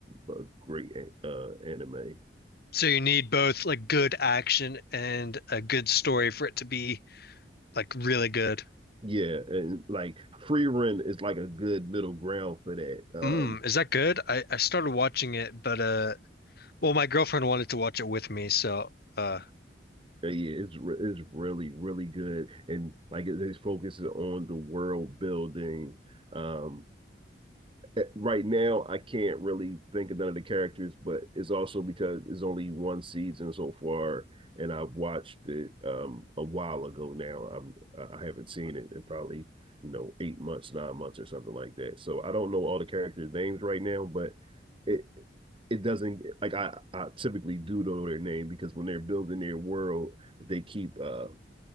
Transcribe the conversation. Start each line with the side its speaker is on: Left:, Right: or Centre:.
Right: a great uh, anime.
Left: So you need both like good action and a good story for it to be like really good.
Right: Yeah, and like Free Run is like a good middle ground for that. Um,
Left: Mm, is that good? I, I started watching it, but uh, well, my girlfriend wanted to watch it with me, so uh,
Right: yeah, it's re- it's really really good, and like it, it focuses on the world building. Um, eh, right now I can't really think of none of the characters, but it's also because it's only one season so far, and I've watched it um a while ago now. I'm I I haven't seen it in probably, you know, eight months, nine months or something like that. So I don't know all the characters' names right now, but it it doesn't like I, I typically do know their name because when they're building their world, they keep uh